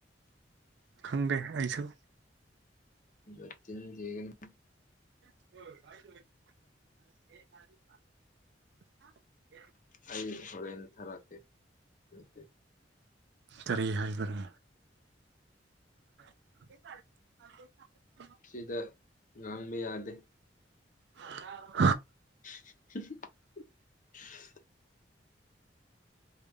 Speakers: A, on the right; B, on the left.
A: ꯈꯪꯗꯦ ꯑꯩꯁꯨ
B: ꯅꯆꯤꯟ ꯊꯤꯒꯅꯨ
A: <inaudible>
B: ꯑꯩ ꯍꯣꯔꯦꯟ ꯊꯥꯔꯛꯀꯦ ꯃꯦꯁꯦꯁ
A: ꯀꯔꯤ ꯍꯥꯏꯕꯔ <inaudible>
B: ꯁꯤꯗ ꯉꯥꯡꯕ ꯌꯥꯗꯦ
A: <inaudible>
B: <unintelligible>